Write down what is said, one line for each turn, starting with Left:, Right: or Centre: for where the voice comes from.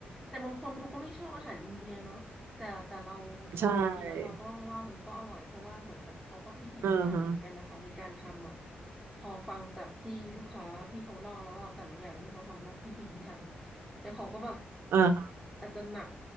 Centre: แต่บางคนเขาก็ไม่ชอบอาหารอินเดียเนาะแต่แต่เราพอเรากินแล้วเราก็ว่ามันก็อร่อยเพราะว่าเหมือนกับเขาก็พิถีพิถันเหมือนกันนะคะในการทำอ่ะ
Right: ใช่อ่าฮะ
Centre: พอฟังจากที่ลูกค้าที่เขาเล่าแล้วว่าแต่ละอย่างที่เขาทำก็พิถีพิถันแต่เขาก็แบบ
Right: อ่า
Centre: อาจจะหนัก